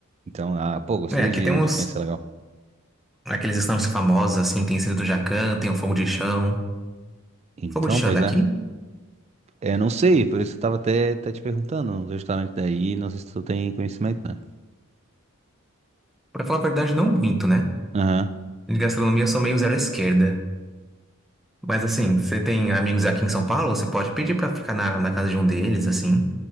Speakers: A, on the right; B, in the centre.
A: Então, ah, pô, gostaria
B: É, aqui
A: de,
B: tem uns,
A: de conhecer legal.
B: aqueles estandes famosos, assim, tem esse do Jacan, tem o Fogo de Chão.
A: Então,
B: Fogo de Chão
A: pois
B: é daqui?
A: é. É, não sei, por isso eu tava até, até te perguntando, os restaurantes daí, não sei se tu tem conhecimento, né?
B: Pra falar a verdade, não muito, né?
A: Aham.
B: De gastronomia, eu sou meio zero à esquerda. Mas assim, você tem amigos aqui em São Paulo? Você pode pedir pra ficar na, na casa de um deles, assim.